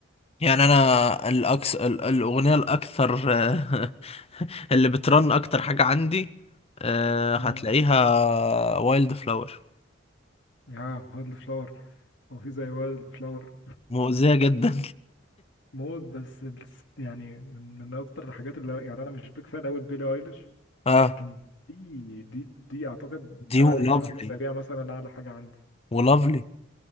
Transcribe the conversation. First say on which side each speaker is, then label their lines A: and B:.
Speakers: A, on the left; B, on the left.
A: يعني انا الأكس... ال- الاغنيه الاكثر آه، <laughs> اللي بترن اكتر حاجه عندي آه، هتلاقيها
B: امم
A: وايلد فلاور
B: اه وايلد <laughs> فلاور هو في زي وايلد فلاور
A: مؤذيه جدا
B: موت بس الس- يعني من, من اكتر الحاجات اللي يعني انا مش بيك فان قوي بيلي ايليش
A: <laughs> اه
B: لكن دي دي دي اعتقد
A: دي
B: قعدت
A: ولافلي
B: ثلاث اسابيع مثلا اعلى حاجة عندي
A: ولافلي